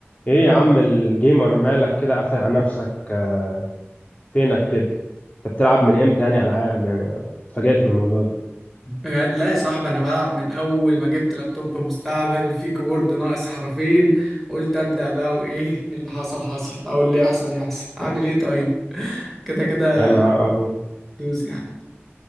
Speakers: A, on the left; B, in the centre.
A: ايه يا عم الجيمر مالك كده قافل على نفسك آه، فينك كده انت بتلعب من امتى يعني العاب يعني اتفاجأت بالموضوع ده
B: بجد لا يا صاحبي انا بلعب من اول ما جبت لابتوب مستعمل في كيبورد ناقص حرفين قلت ابدا بقى وايه اللي حصل حصل او اللي يحصل يحصل اعمل ايه طيب <laughs> كده كده
A: يا نهار ابيض
B: دوس يعني